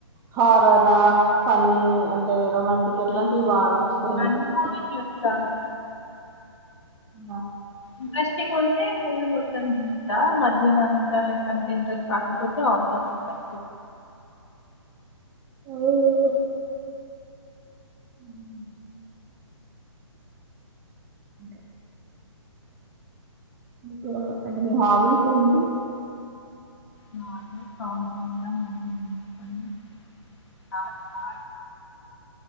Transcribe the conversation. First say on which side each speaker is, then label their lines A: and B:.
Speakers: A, on the right (about 15°); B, on the left (about 65°).
A: హారరా, ఫన్నీ అంటే? రొమాంటిక్ ఎట్లాంటివి
B: అన్ని
A: బాగా
B: మూవీ-
A: నచ్చుతయి
B: అన్ని
A: మీకు?
B: మూవీస్ చూస్తాను
A: ఆ
B: ఇంట్రెస్టింగ్ ఉంటే మూవి మొత్తం జూస్తా, మద్ గిదంత అంతా అంత ఇంట్రెస్ట్ రాకపోతే ఆఫ్ జెస్
A: అవునా! ఉమ్ అంతే మీకు, అంటే మీ హాబీస్ ఏంటి?
B: నార్మల్ సాంగ్స్ ఇంక మ్యూజిక్ వింటాను, నా నా